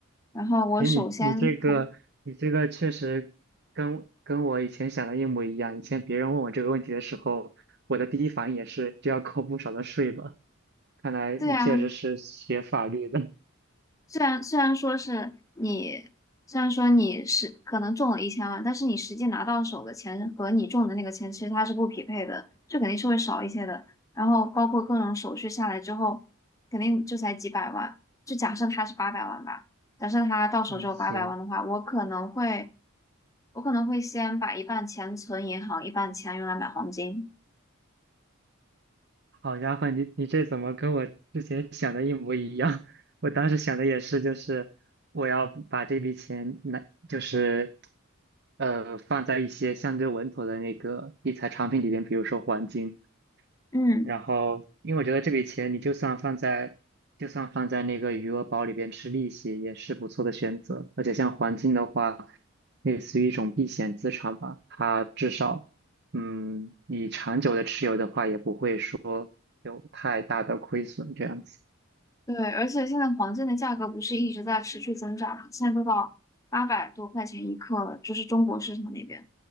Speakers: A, on the left (about 15°); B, on the right (about 50°).
A: 然后我首先肯，
B: 诶，你你这个你这个确实跟跟我以前想的一模一样。以前别人问我这个问题的时候，我的第一反应也是就要扣不少的税吧？看来你确实是学法律的。
A: 对啊，虽然虽然说是你，虽然说你是可能中了一千万，但是你实际拿到手的钱和你中的那个钱其实它是不匹配的，就肯定是会少一些的。然后包括各种手续下来之后，肯定就才几百万。就假设它是八百万吧，假设它到手只有八百万的话，
B: 嗯，行，
A: 我可能会我可能会先把一半钱存银行，一半钱用来买黄金。
B: 好家伙，你你这怎么跟我之前想的一模一样？<laughs> 我当时想的也是，就是我要把这笔钱拿，就是呃放在一些相对稳妥的那个理财产品里边，比如说黄金。
A: 嗯。
B: 然后，因为我觉得这笔钱你就算放在，就算放在那个余额宝里边吃利息，也是不错的选择。而且像黄金的话，类似于一种避险资产吧，它至少，嗯，你长久的持有的话，也不会说有太大的亏损这样子。
A: 对，而且现在黄金的价格不是一直在持续增长嘛，现在都到八百多块钱一克了，就是中国市场那边，